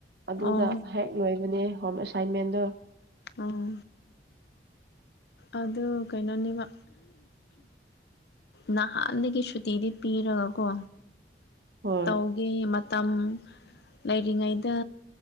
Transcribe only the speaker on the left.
ꯑꯣ
ꯑꯥ ꯑꯗꯨ ꯀꯩꯅꯣꯅꯦꯕ ꯅꯍꯥꯟꯗꯒꯤ ꯁꯨꯇꯤꯗꯤ ꯄꯤꯔꯒꯀꯣ
ꯇꯧꯒꯤ ꯃꯇꯝ ꯂꯩꯔꯤꯉꯩꯗ